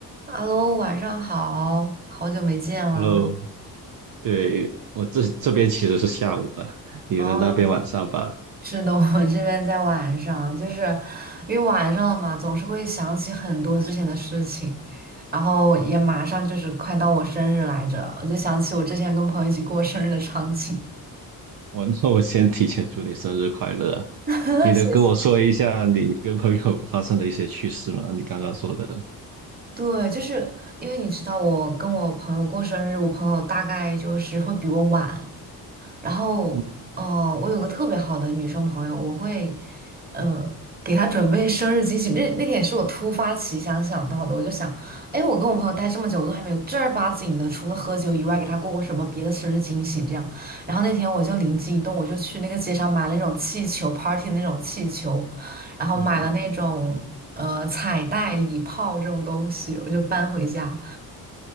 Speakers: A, on the right (about 25°); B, on the right (about 60°).
A: Hello，晚上好，好久没见了。
B: Hello，对，我这这边其实是下午吧，你们那边晚上吧。
A: 哦，<laughs> 是的，我这边在晚上，就是因为晚上了嘛，总是会想起很多之前的事情，然后也马上就是快到我生日来着，我就想起我之前跟朋友一起过生日的场景。
B: 我那 <laughs> 我先提前祝你生日快乐啊！
A: <laughs>
B: 你能跟我说一下你跟朋友发生的一些趣事吗？
A: 谢谢。
B: 你刚刚说的，
A: 对，就是因为你知道，我跟我朋友过生日，我朋友大概就是会比我晚，然后，
B: 嗯
A: 呃，我有个特别好的女生朋友，我会，呃，给她准备生日惊喜。那那天也是我突发奇想想到的，我就想，哎，我跟我朋友待这么久，都还没有正儿八经的，除了喝酒以外，给她过过什么别的生日惊喜这样。然后那天我就灵机一动，我就去那个街上买了那种气球 party 的那种气球，然后买了那种呃彩带、
B: 嗯，
A: 礼炮这种东西，我就搬回家。